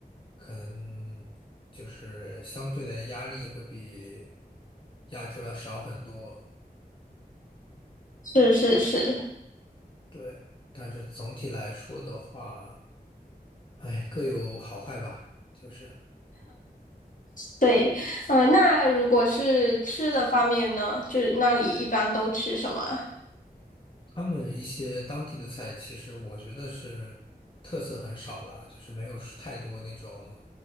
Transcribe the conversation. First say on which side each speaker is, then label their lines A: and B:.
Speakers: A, on the left; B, on the left.
A: 可能就是相对的压力会比亚洲要少很多。
B: <laughs> 是是是，
A: 对，但是总体来说的话，哎，各有好坏吧，就是。
B: 对。呃，那如果是吃的方面呢，就是那里一般都吃什么啊？
A: 他们一些当地的菜，其实我觉得是特色很少了，就是没有是太多那种